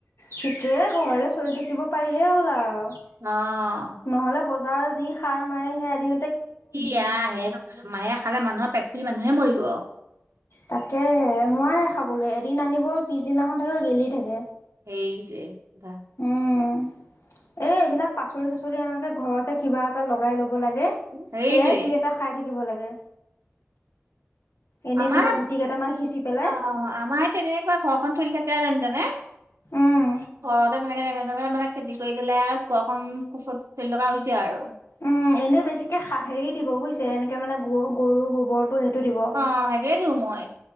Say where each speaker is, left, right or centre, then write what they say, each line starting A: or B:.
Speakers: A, on the left (about 70°); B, on the right (about 85°).
A: ঠিকেই ঘৰলে চলি থাকিব পাৰিলেই হ'ল আৰু।
B: অ',
A: নহ'লে বজাৰৰ যি সাৰ মাৰে সেই আধি
B: ই আই সেয়া খালে মানুহহে খালে মানুহৰ পেট ফুলি মানুহে মৰিব।
A: তাকে নোৱাৰে খাবলৈ এদিন আনিব পিছদিনাখন থাকিব গেলি থাকে।
B: সেইটোৱেই কথা।
A: উম এই এইবিলাক পাচলি চাচলি এনেকে ঘৰত কিবা এটা লগাই ল'ব লাগে
B: সেইটোৱে
A: সেয়াই দুই এটা খাই থাকিব লাগে। এনেই
B: আমাৰ
A: কিবা
B: অ'
A: গুটি কেইটামান সিঁচি পেলাই
B: আমাৰে তেনেকুৱা ঘৰখন চলি থাকে যেনতেনে <unintelligible>
A: উম।
B: ঘৰতে তেনেকে যেনে তেনে মানে খেতি কৰি পেলাই ঘৰখন চলি থকা হৈছে আৰু।
A: উম এনে বেছিকে হেৰি দিব বুজিছে এনেকে মানে গ গৰু গোৱৰটো সেইটো দিব।
B: অ' হেইতোয়ে দিওঁ মই।